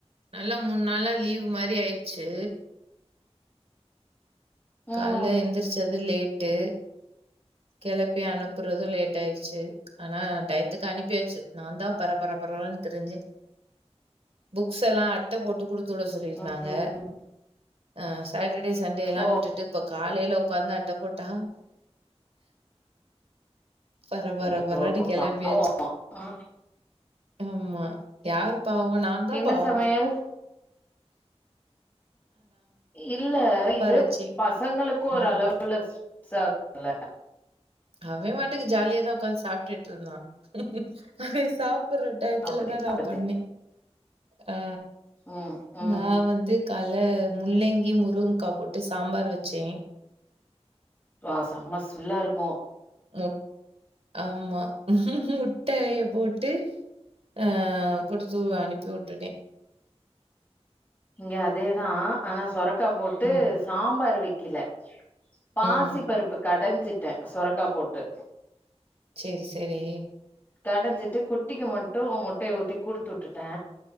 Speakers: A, on the right; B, on the left.
A: நல்ல மூணு நாளா லீவ் மாரி ஆயிரு சு
B: ம்
A: கால்ல எந்திரிச்சது லேட் டு கிளப்பி அனுப்புறதும் லேட்டா ஆயிடுச்சு ஆனா டெயத்துக்கு அனுப்பியாச்சு நா தா பர பரப்பரன் திரிஞ்சேன் புக்ஸ் எல்லாம் அட்ட போட்டு குடுத் துட சொல்லிருந்தாங்க
B: ம், ம்.
A: ஆ சாட்ட டே சண்டேலா
B: ஓ
A: டுட்டு இப்ப கால் லேல ஒக்காந்து அட்ட போட்டா பர பர
B: ஐயோ
A: பரன்னு கெளம்பியாச்சு
B: பாவம் ஆ,
A: ஆமா யார் பாவோ நா தா
B: என்ன
A: பாவோ
B: சமையல் இல்ல இது
A: வச்சு.
B: பசங்களுக்கு ஒரு
A: ம்.
B: அளவுல சல
A: அவெ பாட்டுக்கு ஜாலியா தா உக்காந்து சாப்டுட்டு இருந்தா அவெ சாப்டுற டயத்துலதா
B: அப்படி
A: நா
B: அப்ப
A: பண்ணே
B: சரி
A: அ
B: ம் ம்
A: நா வந்து கால்ல முள்ளங்கி முருங்க்கா போட்டு சாம்பார் வச்சே
B: வாசம்மஸ் ஃபுல்லா இருக்கு
A: முட் ஆமா முட்டைய போட்டு ஆ குடுத்து அனுப்பி வுட்டுட்டே
B: இங்க அதேதா ஆனா சொரக்கா போட்டு
A: ம்.
B: சாம்பார் வைக் கில பாசி
A: ம்.
B: பருப்பு கடைஞ்சுட்ட சொரக்கா போட்டு
A: செரி செரி
B: கடைஞ்சுட்டு குட்டிக்கு மட்டு முட்டைய ஊத்தி குடுத்து வுட்டுட்டே